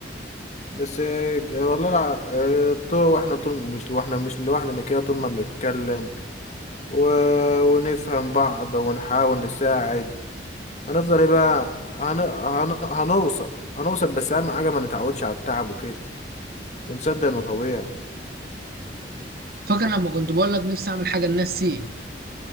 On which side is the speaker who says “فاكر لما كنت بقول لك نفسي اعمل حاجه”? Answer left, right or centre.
Right